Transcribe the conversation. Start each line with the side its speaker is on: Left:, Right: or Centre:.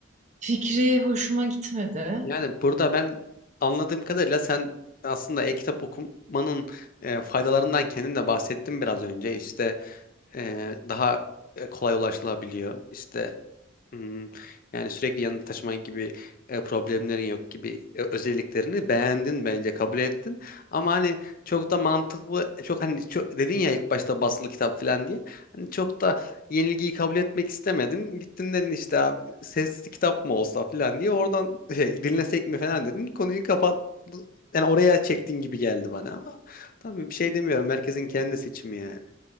Right: fikri hoşuma gitmedi.
Left: yani burada ben anladığım kadarıyla sen aslında e-kitap okumanın e, faydalarından kendin de bahsettin biraz önce. İşte e, daha e, kolay ulaşılabiliyor. İşte Hmm, yani sürekli yanında taşıma gibi e, problemlerin yok gibi e, özelliklerini beğendin bence kabul ettin. Ama hani çok da mantıklı çok hani çok, dedin ya ilk başta basılı kitap falan diye. Hani çok da yenilgiyi kabul etmek istemedin. Gittin dedin işte abi sesli kitap mı olsa falan diye oradan <laughs> şey, dinlesek mi falan dedin. Konuyu kapat Yani oraya çektin gibi geldi bana ama tabii bir şey demiyorum. Herkesin kendi seçimi yani.